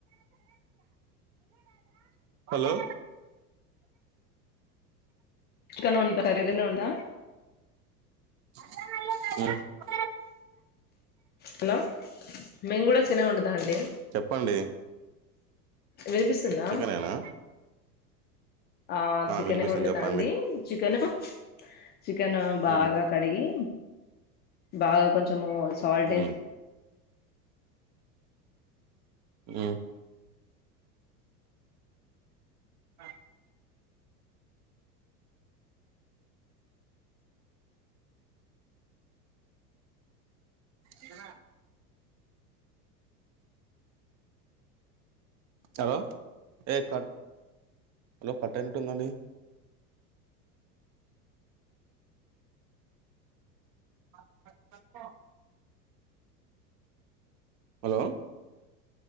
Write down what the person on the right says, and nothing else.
హలో
ఉ
చెప్పండి
చికెనేనా
వినిపిస్తుంది
చెప్పండి
మ్
మ్
ఆ ఆ ఇకనా హలో ఏ క హలో కట్టనిట్ందండి <unintelligible> హలో